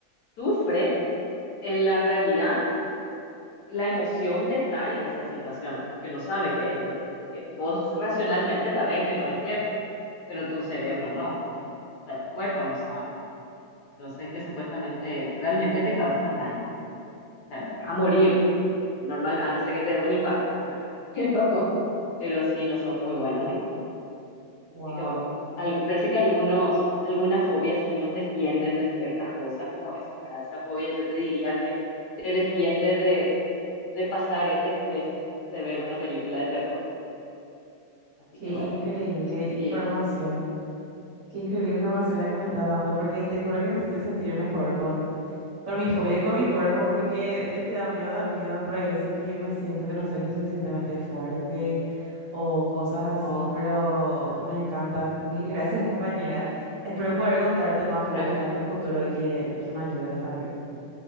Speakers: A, on the left (about 70°); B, on the right (about 60°).
A: sufre en la realidad la emoción de estar en esa situación, porque no sabe que es, que vos racionalmente sabés que no es cierto, pero tu cerebro no, o sea, tu cuerpo no sabe. Entonces, que supuestamente realmente te causan daño, o sea, no te vas a morir, normal, a no ser que te dé un infarto, ¿verdad? <laughs> Pero, pero sí no son muy buenas, digamos.
B: Wow,
A: Así que bueno, algo, parece que algunos, algunas fobias sí nos defienden de ciertas cosas como eso, ¿verdad? Esa fobia yo te diría que te defiende de, de pasar ese estrés de ver una película de terror. Así
B: qué
A: que bueno,
B: increíble
A: no sé
B: información.
A: si... ah,
B: Qué increíble información la que me estás dando, porque te juro que me hiciste sentir mejor con, con mi fobia y con mi cuerpo, porque de que da miedo, da miedo, pero hay veces que me siento que no soy lo suficientemente fuerte o cosas así,
A: no-
B: pero me encanta. Mil gracias, compañera. Espero poder contarte más
A: bueno,
B: fobias
A: ah,
B: en el futuro y que, y que me ayudes también.